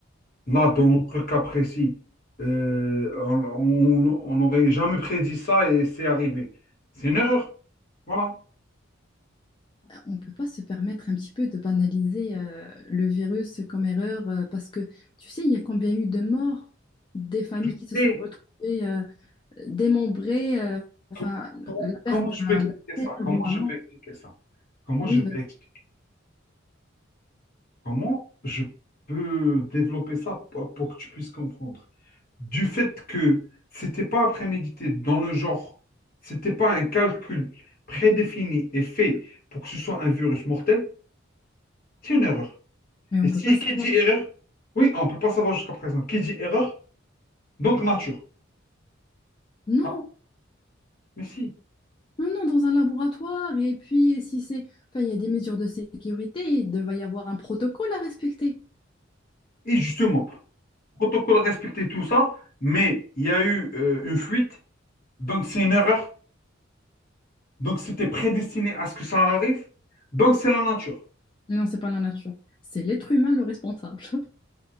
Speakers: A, on the left; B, on the left.
A: Là, dans
B: Ouais.
A: notre cas précis, euh, on on- on n'aurait jamais prédit ça et c'est arrivé. C'est une erreur. Voilà.
B: On peut pas se permettre un petit peu de banaliser euh, le virus comme erreur euh, parce que tu sais, il y a combien eu de morts, des familles
A: Je
B: qui se
A: sais
B: sont retrouvées euh, démembrées, euh, enfin,
A: com- comment,
B: la perte
A: comment je
B: d'un
A: peux expliquer
B: d'un
A: ça.
B: père,
A: Comment
B: d'une maman.
A: je peux expliquer ça. Comment
B: Oui,
A: je peux
B: vas-y.
A: expliquer. Comment je peux développer ça pour pour que tu puisses comprendre. du fait que c'était pas prémédité dans le genre, c'était pas un calcul prédéfini et fait pour que ce soit un virus mortel, c'est une erreur.
B: mais
A: Et
B: on
A: si
B: peut pas savoir.
A: qui dit erreur, oui, on ne peut pas savoir jusqu'à présent. Qui dit erreur, donc nature.
B: Non.
A: Voilà. Mais si.
B: Non, non, dans un laboratoire. Et puis, si c'est... Enfin, il y a des mesures de sécurité, il devait y avoir un protocole à respecter.
A: Et justement, protocole respecté, tout ça, mais il y a eu euh, une fuite, donc c'est une erreur, donc c'était prédestiné à ce que ça arrive, donc c'est la nature.
B: Non, c'est pas la nature. C'est l'être humain le responsable. <laughs>